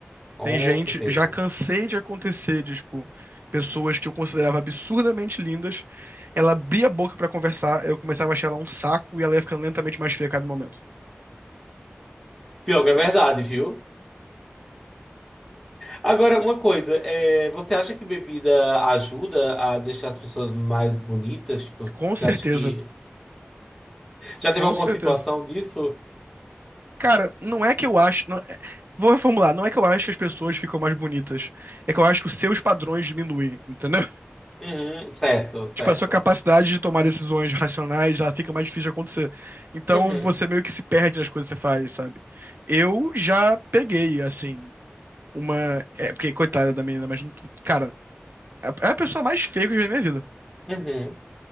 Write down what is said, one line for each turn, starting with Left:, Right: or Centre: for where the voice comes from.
Centre: com
Right: Tem gente,
Centre: certeza.
Right: já cansei de acontecer, de, tipo, pessoas que eu considerava absurdamente lindas, ela abria a boca pra conversar, eu começava a achar ela um saco e ela ia ficando lentamente mais feia a cada momento,
Centre: Pior que é
Right: sabe?
Centre: verdade, viu? Agora, uma coisa, é, você acha que bebida ajuda a deixar as pessoas mais bonitas? Tipo,
Right: Com
Centre: você
Right: certeza,
Centre: acha que Já teve
Right: com
Centre: alguma
Right: certeza.
Centre: situação disso?
Right: Cara, não é que eu acho. não- é, vou reformular. Não é que eu acho que as pessoas ficam mais bonitas. É que eu acho que os seus padrões diminuem, entendeu? <laughs>
Centre: Uhum, certo, certo.
Right: Tipo, a sua capacidade de tomar decisões racionais, ela fica mais difícil de acontecer. Então,
Centre: Uhum,
Right: você meio que se perde nas coisas que você faz, sabe? Eu já peguei, assim, uma. É, porque, coitada da menina, mas. não- Cara, é é a pessoa mais feia que eu já vi na minha vida.
Centre: uhum,